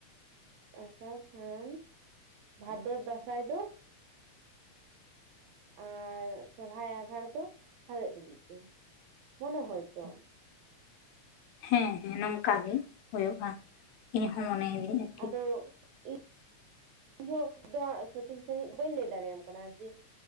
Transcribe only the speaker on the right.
ᱟᱥᱟᱲ ᱥᱟᱱ ᱵᱷᱟᱫᱚᱨ ᱫᱟᱸᱥᱟᱭ ᱫᱚ ᱟᱨ ᱥᱚᱨᱦᱟᱭ ᱟᱸᱜᱷᱟᱲ ᱫᱚ ᱦᱟᱣᱮᱫ ᱨᱤᱛᱩ ᱢᱚᱱᱮ ᱦᱚᱭᱛᱚ
ᱟᱫᱚ ᱤᱧ <unintelligible> ᱥᱚᱴᱷᱤᱠ ᱥᱟᱺᱦᱤᱡ ᱵᱟᱹᱧ ᱞᱟᱹᱭ ᱫᱟᱲᱮᱭᱟᱢ ᱠᱟᱱᱟ ᱡᱮ